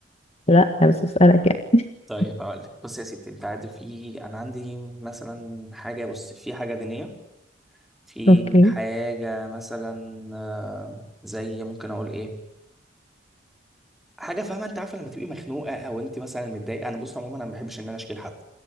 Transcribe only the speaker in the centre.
طيب هقول لك بص يا ستي انت عارف في انا عندي مثلا حاجه بص في حاجه دينيه في
حاجه مثلا آه، زي ممكن اقول ايه حاجه فاهمه انت عارفه لما تبقي مخنوقه او انت مثلا متضايقه انا بص عموما انا ما بحبش ان انا اشكي لحد